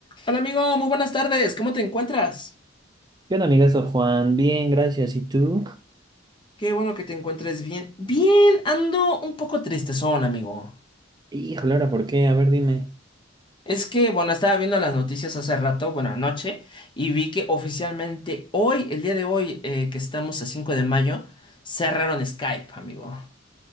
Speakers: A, on the left (about 25°); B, on the right (about 20°).
A: Hola amigo, muy buenas tardes. ¿Cómo te encuentras?
B: ¿Qué onda, amigazo Juan? Bien, gracias. ¿Y tú?
A: Qué bueno que te encuentres bien. Bien, ando un poco tristezón, amigo.
B: Híjole, ahora, ¿por qué? A ver, dime.
A: Es que, bueno, estaba viendo las noticias hace rato, bueno, anoche, y vi que oficialmente hoy, el día de hoy, eh, que estamos a 5 de mayo, cerraron Skype, amigo.